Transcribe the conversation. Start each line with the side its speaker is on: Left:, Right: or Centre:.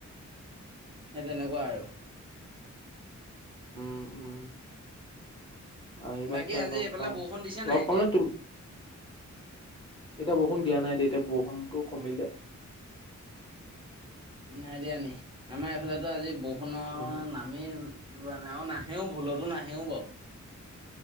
Right: সে তেনেকুৱা আৰু।
Left: উম উম। আহিবা
Right: বাকী
Left: তেতিয়া
Right: আজি
Left: লগ
Right: এইফালে
Left: পাম
Right: বৰষুণ দিছে নাই
Left: লগ
Right: এতিয়া
Left: পাম নে তোৰ। এতিয়া বৰষুণ দিয়া নাই তেতিয়া বৰষুণটো কমিলে।
Right: নাই দিয়া নি আমাৰ এইফালেতো আজি বৰষুণৰ
Left: উম
Right: নামেই লোৱা নাই অ না। হেও ভুলতো নাহেওঁ বাও।